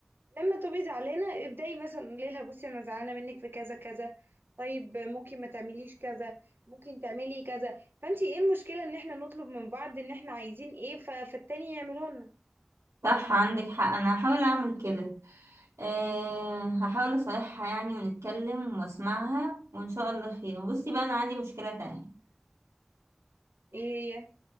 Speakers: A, on the right; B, on the right.
A: لما تبقي زعلانه ابداي مثلا قولي لها بصي انا زعلانه منك في كذا كذا طيب ممكن ما تعمليش كذا ممكن تعملي كذا فانت ايه المشكله ان احنا نطلب من بعض ان احنا عايزين ايه ف... فالتاني يعمله لنا
B: صح عندك حق انا هحاول اعمل كده أه هحاول اصالحها يعني ونتكلم واسمعها وان شاء الله خير بصي بقى انا عندي مشكلة تانية
A: ايه هي